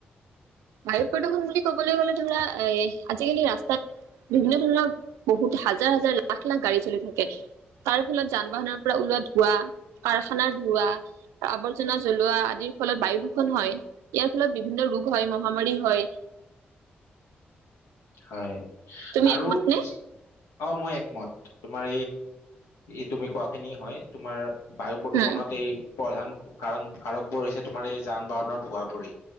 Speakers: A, on the right; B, on the left.
A: বায়ু প্ৰদশন বুলি ক'বলৈ গ'লে ধৰা এ আজিকালি ৰাস্তাত বিভিন্ন ধৰণৰ বহুত হাজাৰ হাজাৰ লাখ লাখ গাড়ী চলি থাকে তাৰ ফলত যান বাহনৰ পৰা ওলোৱা ধোৱা কাৰখানা ধোৱা আৱৰ্জনা জ্বলোৱা আদিৰ ফলত বায়ু দূষণ হয় ইয়াৰ ফলত বিভিন্ন ৰোগ হয় মহামাৰি হয়
B: হয়
A: তুমি
B: আৰু
A: একমত নে?
B: অ মই একমত তোমাৰ এই তুমি কোৱা খিনি হয় তোমাৰ বায়ু প্ৰদূষণত
A: উম
B: এই প্ৰধান কাৰণ কাৰকবোৰ হৈছে তোমাৰ এই যান বাহনৰ ধোঁৱাবোৰে